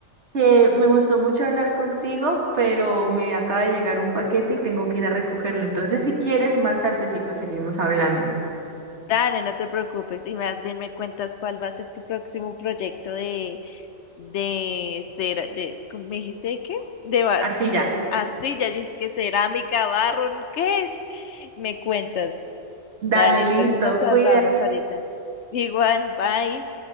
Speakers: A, on the right (about 60°); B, on the left (about 65°).
A: Que me gustó mucho hablar contigo, pero me acaba de llegar un paquete y tengo que ir a recogerlo. Entonces, si quieres, más tardecito seguimos hablando.
B: Dale, no te preocupes, y más bien me cuentas cuál va a ser tu próximo proyecto de de cera, de, ¿cómo ¿me dijiste de qué? De ba-
A: Arcilla.
B: arcilla, yo es que cerámica, barro, ¿qué es? Me cuentas.
A: Dale,
B: Dale,
A: listo,
B: entonces nos
A: cuídate.
B: andamos ahorita. Igual, bye.